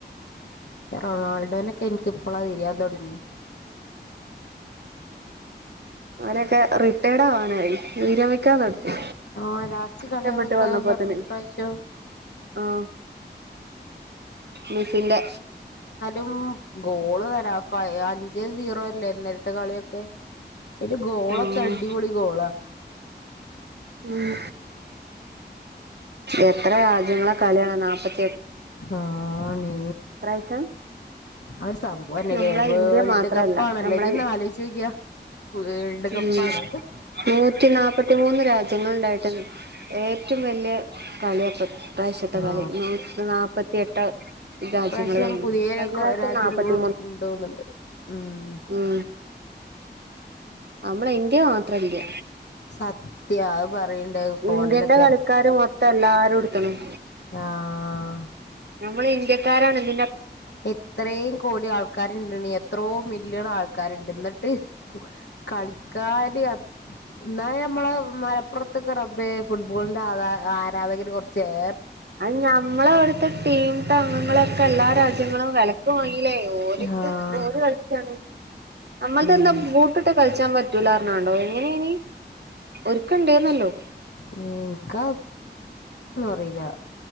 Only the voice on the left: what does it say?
റൊണാൾഡോനൊക്കെ എനിക്ക്പ്പോളാ തിരിയാൻ തുടങ്ങിയ-
ആഹ് ലാസ്റ്റ്
കളിയാന്നൊക്കെ
പറഞ്ഞ്
ഇപ്രാവശ്യം
ഉം ഗോള് തരാ അഞ്ച് സീറോ അല്ലേ ഇന്നലത്തെ കളിയൊക്കെ അതിന്റെ ഗോളൊക്കെ
അടിപൊളി ഗോളാ
ആണ്
അവര് സംഭവം തന്നെല്ലേ
വേൾഡ്
കപ്പ്ണല്ലോ
ജ് ഒന്ന് ആലോചിച്ചു നോക്കിയേ വേൾഡ് കപ്പാണ്
ആ
ഇപ്രാവശ്യം
പുതിയ
രാജ്യം
കൂടെ ഉണ്ടോന്നുണ്ട് ഉം
സത്യ അത് പറയണ്ട് ഫോണിലൊക്കെ
ആഹ്
എത്രയും കോടി ആൾക്കാരുണ്ട് എത്രോ മില്യൺ ആൾക്കാരുണ്ട് എന്നിട്ട് കളിക്കാന് എന്നാ നമ്മള് മലപ്പുറത്തൊക്കെ റബ്ബേ ഫുട്ബോളിന്റെ ആധ ആരാധകര് കുറച്ച് ഏ
ആ
ഉം
ഉം എനിക്കാ ഒന്നും അറിയില്ല